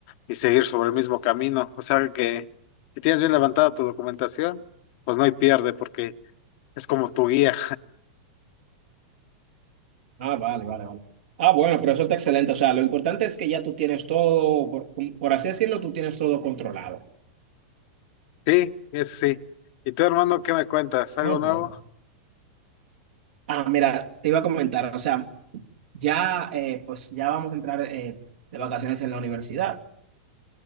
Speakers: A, on the left; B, on the right.
A: y seguir sobre el mismo camino. O sea que si tienes bien levantada tu documentación, pues no hay pierde porque es como tu guía.
B: Ah, vale, vale, vale. Ah, bueno, pero eso está excelente, o sea, lo importante es que ya tú tienes todo, por, por así decirlo, tú tienes todo controlado.
A: Sí, es sí. ¿Y tú, hermano, qué me cuentas? ¿Algo
B: Ah, bueno.
A: nuevo?
B: Ah, mira, te iba a comentar, o sea, Ya, eh, pues ya vamos a entrar eh, de vacaciones en la universidad.